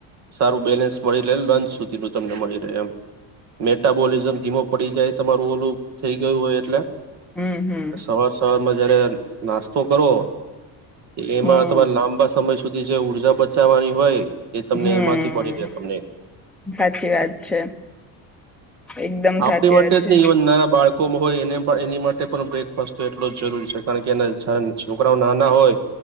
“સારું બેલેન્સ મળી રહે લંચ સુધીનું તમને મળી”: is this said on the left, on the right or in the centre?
Right